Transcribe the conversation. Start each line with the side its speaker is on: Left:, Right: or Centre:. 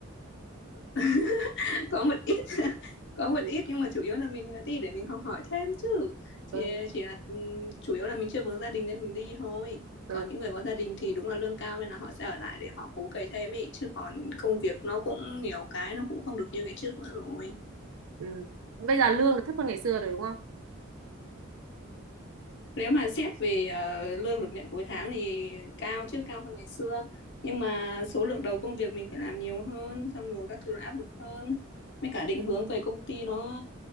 Left: <laughs> <laughs> có một ít <laughs> có một
Right: Ừ.
Left: ít nhưng mà chủ yếu là mình à, đi để mình học hỏi thêm chứ
Right: Ừ.
Left: chỉ chỉ là ừ, chủ yếu là mình chưa vướng gia đình nên mình đi thôi
Right: Ừ.
Left: còn những người có gia đình thì đúng là lương cao nên là họ sẽ ở lại để họ cố cày thêm ấy chứ còn công việc nó cũng nhiều cái nó cũng không được như ngày trước nữa rồi
Right: Ừ. Bây giờ lương là thấp hơn ngày xưa rồi đúng không?
Left: Nếu mà xét về ờ, lương được nhận cuối tháng thì cao chứ cao hơn ngày xưa nhưng mà số lượng đầu công việc mình phải làm nhiều hơn xong rồi các thứ nó áp lực hơn mấy cả định hướng về công ty nó